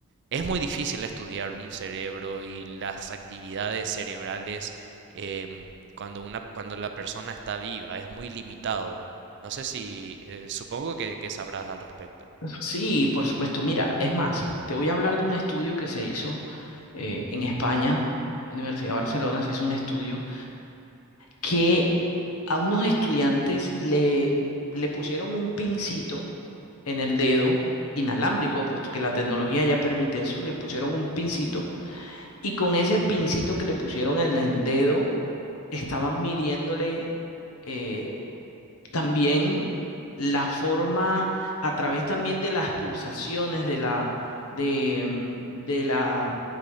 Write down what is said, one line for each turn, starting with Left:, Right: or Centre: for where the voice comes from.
Right: es muy difícil estudiar un cerebro y las actividades cerebrales em, cuando una, cuando la persona está viva, es muy limitado. No sé si, eh, supongo que, que sabrás al respecto.
Left: Sí, por supuesto. Mira, es más, te voy a hablar de un estudio que se hizo eh, en España, Universidad de Barcelona, se hizo un estudio que a unos estudiantes le, le pusieron un pincito en el dedo inalámbrico, puesto que la tecnología ya permite eso, les pusieron un pincito y con ese pincito que le pusieron en el dedo estaban midiéndole eh, también la forma a través también de las pulsaciones de la de, mm, de la